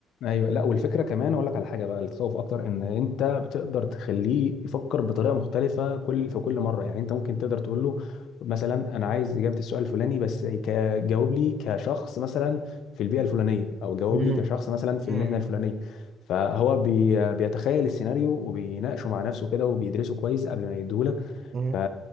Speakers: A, on the left; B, on the right.
A: ايوه لا والفكره كمان اقول لك على حاجه بقى اللي تخوف اكتر ان انت بتقدر تخليه يفكر بطريقه مختلفه كل في كل مره يعني انت ممكن تقدر تقول له مثلا انا عايز اجابه السؤال الفلاني بس ك- جاوب لي كشخص مثلا في البيئه الفلانيه او جاوب
B: مم.
A: لي كشخص مثلا في
B: مم.
A: المهنه الفلانيه فهو بي... بيتخيل السيناريو وبيناقشه مع نفسه كده وبيدرسه كويس قبل ما يديهولك
B: مم.
A: ف...